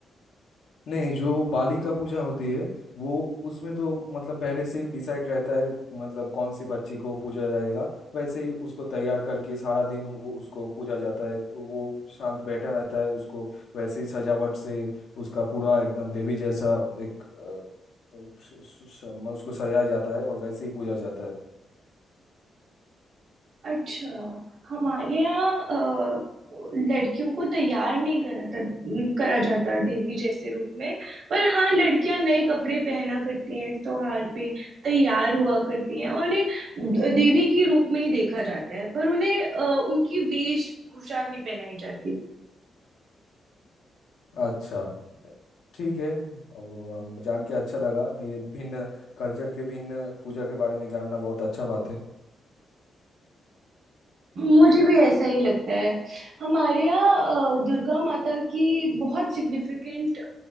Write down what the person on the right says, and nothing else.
अच्छा हमारे यहाँ अ, लड़कियों को तैयार नहीं करा था करा जाता देवी जैसे रूप में पर हाँ लड़कियां नए कपड़े पहना करती हैं इस त्योहार पे तैयार हुआ करती हैं और उन्हें देवी के रूप में ही देखा जाता है पर उन्हें अ, उनकी वेशभूषा नहीं पहनाई जाती
मुझे भी ऐसा ही लगता है हमारे यहाँ अ, दुर्गा माता की बहुत सिग्निफिकेंट